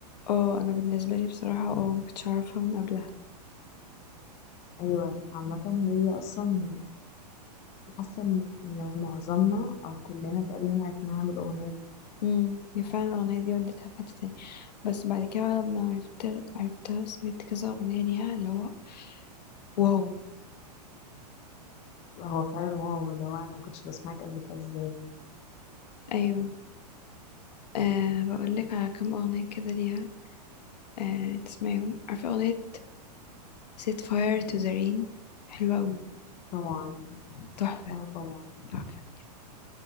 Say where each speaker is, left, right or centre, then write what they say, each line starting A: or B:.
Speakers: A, on the left; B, on the left.
A: اه انا بالنسبة لي بصراحة اه مكنتش اعرفها من قبلها
B: أيوة عامة هي أصلا حاسة إن إن معظمنا أو كلنا تقريبا عرفناها بالأغنية
A: امم هي فعلا الاغنية دي وديتها في حتة تانية بس بعد كده بقى لما عرفت عرفتها سمعت كذا اغنية ليها اللي هو واو
B: هو فعلا واو اللي هو انا ما كنتش بسمعك قبل كده ازاي
A: ايوه أه بقول لك على كام اغنية كده ليها أه تسمعيهم عارفة اغنية set fire to the rain حلوة أوي
B: طبعا
A: تحفة
B: عارفاها طبعا
A: تحفة